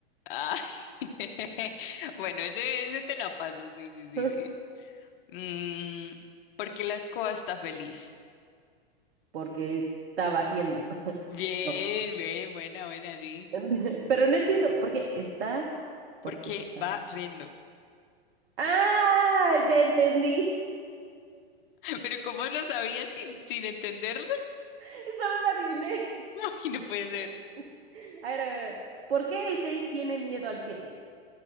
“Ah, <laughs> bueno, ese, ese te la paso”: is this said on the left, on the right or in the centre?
Left